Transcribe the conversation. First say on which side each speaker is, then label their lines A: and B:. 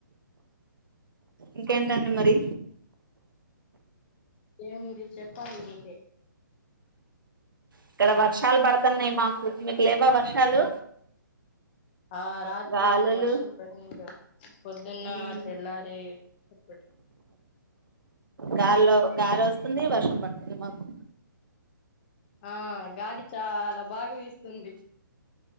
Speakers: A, on the right; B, on the left.
A: ఇంకేంటండి మరి
B: ఏముంది చెప్పాలి మీరే
A: ఇక్కడ వర్షాలు పడుతున్నాయి మాకు మీకు లేవా వర్షాలు
B: ఆ రాత్రిఎం
A: గాలులు
B: వర్షం పదిందో పొద్దున్న
A: ఉమ్
B: తెల్లారేటపాటికి
A: గాల్లో గాలోస్స్తుంది వర్షం పడుతుంది మాకు
B: ఆ గాలి చాలా బాగా విస్తుంది